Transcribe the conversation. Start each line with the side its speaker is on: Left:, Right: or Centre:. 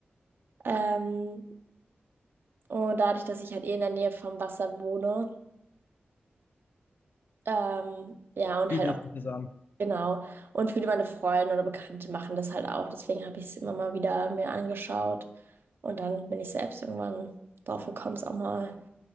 Right: Ähm, und dadurch, dass ich halt eh in der Nähe vom Wasser wohne, Ähm, ja, und
Left: Bietet
Right: halt auch,
Left: sich das an.
Right: genau. Und viele meine Freunde oder Bekannte machen das halt auch. Deswegen habe ich es immer mal wieder mir angeschaut. Und dann bin ich selbst irgendwann drauf gekommen, es auch mal